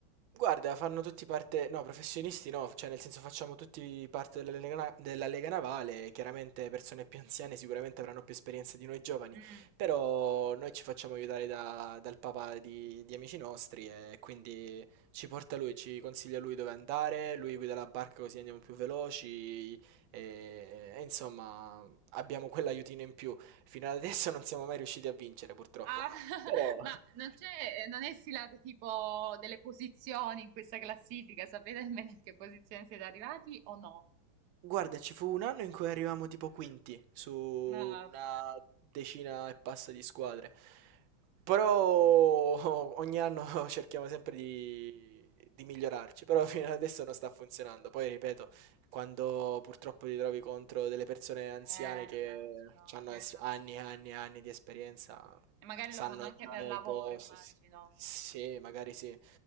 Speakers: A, on the right (about 80°); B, on the right (about 65°).
A: Guarda, fanno tutti parte, no, professionisti no, cioè nel senso facciamo tutti parte della Lega, Na- della Lega Navale, chiaramente persone più anziane sicuramente avranno più esperienza di noi giovani,
B: mm.
A: però noi ci facciamo aiutare da- dal papà di, di amici nostri e quindi ci porta lui, ci consiglia lui dove andare, lui guida la barca così andiamo più veloci e, e insomma abbiamo quell'aiutino in più. Fino ad adesso non siamo mai riusciti a vincere purtroppo,
B: Ah, <laughs>
A: però...
B: ma non c'è, non è stilate tipo delle posizioni in questa classifica, sapete almeno in che posizione siete arrivati o no?
A: Guarda, ci fu un anno in cui arrivammo tipo quinti su una
B: No, vabbè.
A: decina e passa di squadre, però <laughs> ogni anno <laughs> cerchiamo sempre di, di migliorarci, però fino ad adesso non sta funzionando. Poi ripeto, quando purtroppo ti trovi contro delle persone anziane
B: Eh,
A: che
B: immagino
A: hanno
B: che ne sanno
A: anni
B: qualche...
A: e anni e anni di esperienza,
B: E magari
A: sanno
B: lo fanno anche
A: già
B: per lavoro,
A: i posti,
B: immagino.
A: s- sì, magari sì,